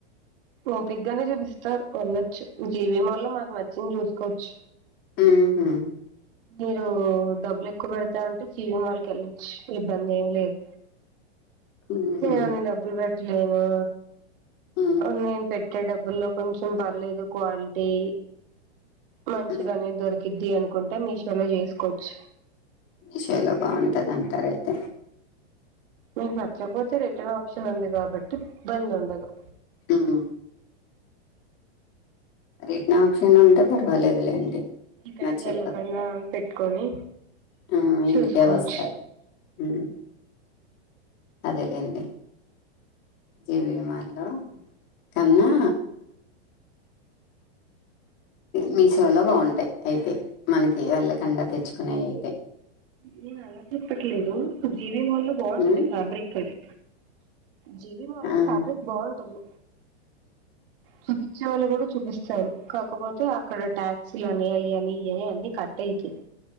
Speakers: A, on the right; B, on the left.
A: ఓపికగానే చూపిస్తారు వెళ్ళొచ్చు జీవి మాల్ లో మనకు నచ్చింది చూసుకోవచ్చు
B: హ్మ్మ్ హూ
A: మీరు డబ్బులు ఎక్కువ పెడతా అంటే జీవి మాల్ కి వెళ్ళొచ్చు ఇబ్బంది ఏమి లేదు
B: ఉహు
A: తయాని డబ్బులు ఏనా
B: ఉ
A: అ నేను డబ్బుల్లో కొంచం పర్లేదు క్వాలిటీ మంచిగానే
B: ఉ
A: దొరికిది నుకుంటే మీషోలో చేసుకోవచ్చు
B: మీషయాలో బాగుంటంది అంటారయితే
A: మీకు నచ్చకపోతే రి టర్న్ ఆప్షన్ ఉంది కాబట్టి ఇబ్బంది ఉండదు
B: ఉమ్ రిటన ఆప్షన్ ఉంటే పర్వాలేదులేండి
A: ఇక్కడికి
B: నచ్చకపోతే
A: వెళ్ళకుడా పెట్టుకొని
B: ఆ
A: చూసుకోవచ్చు
B: ఇంటికే వస్తాయి ఉమ్ అదేలేండి జీవిమాలో కన్నా మీషోలో బాగుంటాయి అయితే మనకి వెళ్ళకుండా తెచ్చుకునేవి అయితే
A: నేను అలా చెప్పట్లేదు జ వి మాలో బాగుంటుది
B: ఉమ్
A: ఫ్యాబ్రిక్ అది జీవి మాలో
B: ఆ
A: ఫ్యాబ్రిక్ బాగుంటది చూపించే వాళ్ళు కూడా చూపిస్తారు కాకపోతే అక్కడ టాక్సీలు అని అవి అని అని అన్ని కట్ట అతాయి